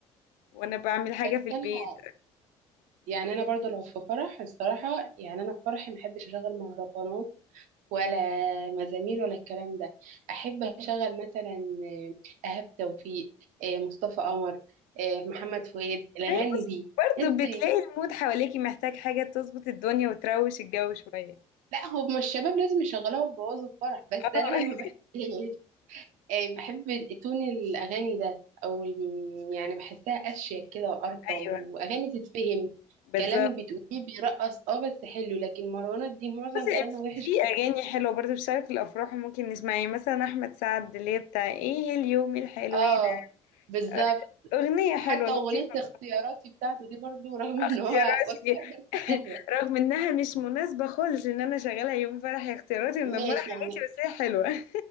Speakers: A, on the left; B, on the right.
A: وانا بعمل حاجه
B: بس
A: في البيت
B: انا يعني انا برضو لو في فرح الصراحه يعني انا في فرحي ما احبش اشغل مهرجانات ولا مزامير ولا الكلام ده احب اشغل مثلا آه، ايهاب توفيق آه، مصطفى قمر آه، محمد فؤاد الاغاني
A: ما هي بصي
B: دي
A: برضه
B: تحس
A: بتلاقي المود حواليكي محتاج حاجه تظبط الدنيا وتروش الجو شويه
B: لا هما الشباب لازم يشغلوها وبوظوا الفرح بس
A: اه
B: انا
A: <laughs>
B: ما بحبش آه، بحب تون الاغاني ده او الم- يعني بحسها اشيك كده وارقى
A: ايوه
B: واغاني تتفهم
A: بالظبط
B: كلام بتقوليه بيرقص اه بس حلو لكن مروانات دي معظم
A: بصي
B: كلامها وحش
A: في اغاني حلوه برضه بتشتغل في الافراح وممكن نسمعها يعني مثلا احمد سعد اللي هي بتاع ايه اليوم الحلو
B: اه
A: إيه ده
B: بالظبط
A: آه، اغنيه حلوه
B: حتى
A: لطيفه
B: أغنية اختياراتي بتاعته دي برضو رغم ان
A: اختياراتي
B: هو واحد
A: <laughs>
B: بس حلوة
A: رغم انها مش مناسبة خالص ان انا شغالة يوم فرح هي اختياراتي ومدمرة
B: ماشي
A: حياتي
B: يعني
A: بس هي حلوة <laughs>